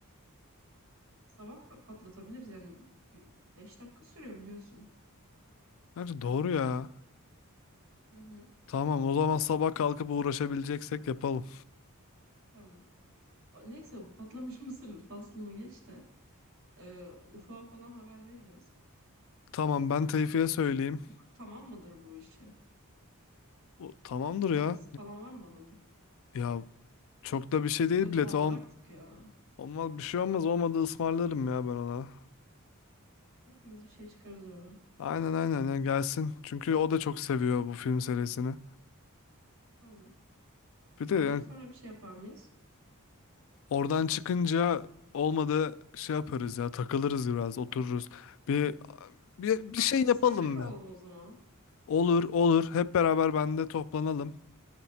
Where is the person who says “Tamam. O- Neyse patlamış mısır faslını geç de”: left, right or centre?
Right